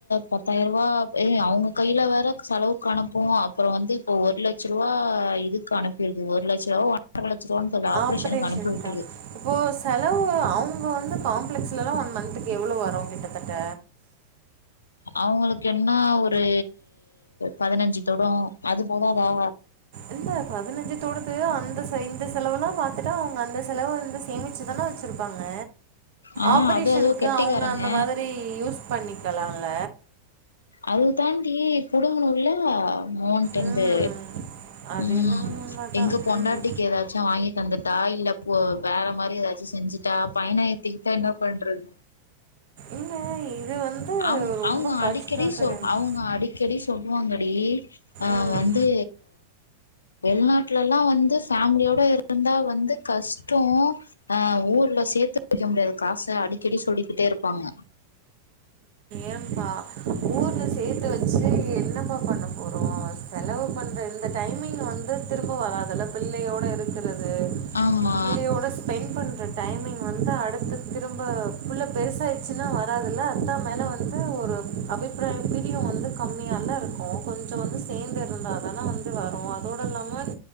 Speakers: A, on the left; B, on the right.
A: பத்தாயிரம் ரூபா ஏ அவங்க கையில வேற செலவுக் அனுப்போ அப்புறம் வந்து இப்போ ஒரு லட்சம் ரூபா இதுக்கு அனுப்பிருக்கு ஒருலட்ச ஒன்ற லட்ச ரூபாவா தெரில ஆபரேஷனு
B: ஆப்ரேஷனுக்கா
A: அனுப்பிவிட்டுருக்கு
B: இப்போ செலவு அவங்க வந்து காம்ப்ளெக்ஸ்லலா ஒன் மந்த்துக்கு எவ்ளோ வரும் கிட்டத்தட்ட
A: அவங்களுக்கு என்ன ஒரு பதினஞ்சு தொடும் அது போத அதா
B: இந்த பதினஞ்சுத்தோடுக்கு அந்த இந்த செலவுல்லா பாத்துட்டா அவங்க அந்த செலவு வந்து சேமிச்சு தான வச்சிருப்பாங்க
A: ஆ
B: ஆபரேஷனுக்கு
A: அது அதுவு கெட்டிக்காரங்க
B: அவங்க அந்த மாதிரி யூஸ் பண்ணிக்கலால
A: அது தாண்டி குடுங்கணுள்ள மொ இருந்து
B: ம். அது
A: ம்
B: என்னமோ உண்மதான்.
A: எங்க பொண்டாட்டிக்கு
B: ம்.
A: ஏதாச்சு வாங்கி தந்துட்டா இல்ல வேற மாரி ஏதாச்சும் செஞ்சுட்டா பையன இழுத்துட்டா என்ன பண்ணுறது
B: இல்ல இது வந்து
A: அவ
B: ரொம்ப
A: அவங்க அடி
B: கஷ்டம்
A: க்கடி சொ
B: தெரியுமா?
A: அவங்க அடிக்கடி சொல்லுவாங்க டி அ
B: ம்.
A: வந்து வெளிநாட்டுல எல்லா வந்து ஃபேமிலியோட இருந்தா வந்து கஷ்டே அ ஊர்ல சேர்த்து வைக்க முடியாது காச அடிக்கடி சொல்லிக்கிட்டே இருப்பாங்க
B: ஏபா ஊர்ல சேர்த்து வச்சு என்னப்பா பண்ண போறோ செலவு பண்ற இந்த டைமிங் வந்து திரும்ப வராதுல்ல பிள்ளையோட இருக்கிறது
A: ஆமா
B: புள்ளையேட ஸ்பெண்ட் பண்ற டைமிங் வந்து அடுத்து திரும்ப புள்ள பெருசா இன்னு வராதுல்ல அத்தா மேல வந்து ஒரு அபிப்பிராயம் பிரியம் வந்து கம்மியால இருக்கு கொஞ்ச வந்து சேர்ந்து இருந்தா தா வந்து வரும் அதோட இல்லாம